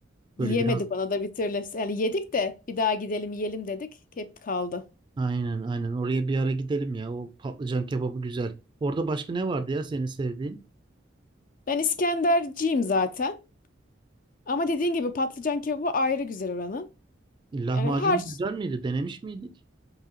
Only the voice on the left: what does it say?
Yemedik
ona da bir türlü. Yani yedik de bir daha gidelim yiyelim dedik. Hep kaldı.
Ben İskenderciyim zaten. Ama dediğin gibi patlıcan kebabı ayrı güzel oranın.
Yani her ş-